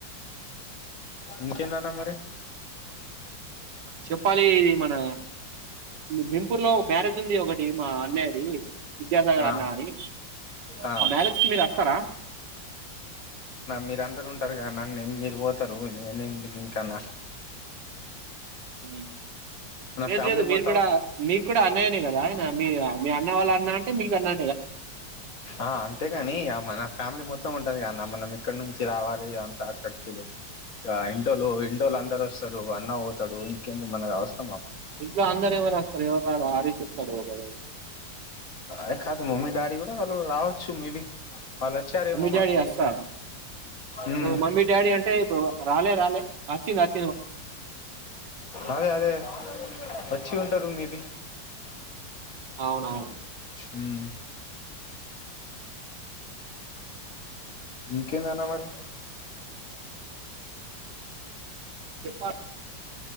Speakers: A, on the left (about 55°); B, on the right (about 70°).
A: ఇంకేందన్న మరి
B: చెప్పాలీ మన భీంపూర్ లో బేరతుంది ఒకటి మా అనేది విద్యాసాగర్
A: ఆ
B: అన్న అని
A: ఆ
B: మా మ్యారేజ్ కి మీరు వస్తారా
A: మీరందరూ ఉంటారు గా అన్నా నేను మీరు పోతారు నేను ఎందుకు ఇంకాన్న
B: హు లేదు
A: ఫ్యామిలీ
B: లేదు మీరు
A: మొత్తం
B: కూడా మీకు కూడా అన్నయ్యనే కదా ఆయన మీ మీ అన్న వాళ్ళ ఉన్నా అంటే మీ కన్నా
A: ఆ అంతేగాని అ మన ఫ్యామిలీ మొత్తం మొత్తం ఉంటాది కా అన్నా మనం ఇక్కడ నుంచి రావాలి అంత ఖర్చులు ఇడా ఇంటోళ్లు ఇంటోళ్లు అందరు వస్తారు అన్న పోతాడు ఇంకెందుకు మన అవాసర
B: ఇంట్లో అందరు ఎవరుస్తారు ఎవరు రారు హరిష్ వస్తాడు ఒకడు
A: ఆ కాదు మమ్మీ డాడి కూడా వాళ్ళు రావచ్చు మేబి వాళ్ళు వచ్చారేమో
B: మమ్మీ డాడీ
A: మా పెళ్ళికి
B: వస్తా
A: మ్మ్
B: మమ్మీ డాడీ అంటే ఇప్పు రాలే రాలే అచ్చింది అచ్చి
A: అదే అదే వచ్చి త రూమ్ మీది
B: అవునవును
A: హమ్ ఇంకెందన్న మరి
B: పా